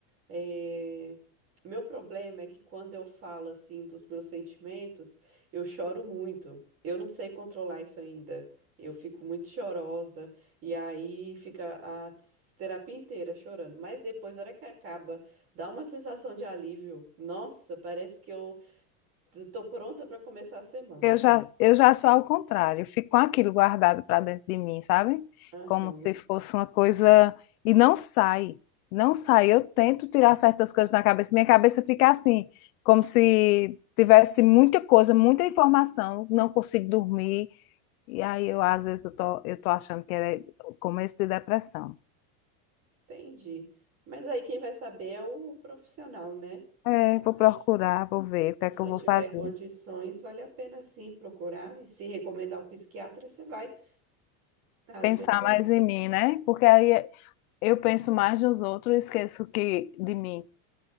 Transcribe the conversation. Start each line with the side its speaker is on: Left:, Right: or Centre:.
Right: Eh, meu problema é que quando eu falo assim dos meus sentimentos, eu choro muito. Eu não sei controlar isso ainda. Eu fico muito chorosa e aí fica a terapia inteira chorando. Mas depois, na hora que acaba, dá uma sensação de alívio. Nossa, parece que eu Tô pronta para começar a semana,
Left: Eu
Right: sabe?
Left: já, eu já sou ao contrário, eu fico com aquilo guardado para dentro de mim, sabe?
Right: Aham,
Left: Como se fosse uma coisa. E não sai, não sai. Eu tento tirar certas coisas da cabeça, minha cabeça fica assim, como se tivesse muita coisa, muita informação, não consigo dormir. E aí eu, às vezes, eu tô, eu tô achando que é o começo de depressão.
Right: entendi. Mas aí quem vai saber é o profissional, né?
Left: É,
Right: Eu
Left: vou
Right: acho
Left: procurar,
Right: que se,
Left: vou ver o que é
Right: se
Left: que
Right: você
Left: eu vou
Right: tiver
Left: fazer.
Right: condições, vale a pena sim procurar. E se recomendar o psiquiatra, você vai. Às
Left: Pensar
Right: vezes ajuda.
Left: mais em mim, né? Porque aí eu penso mais nos outros e esqueço que, de mim.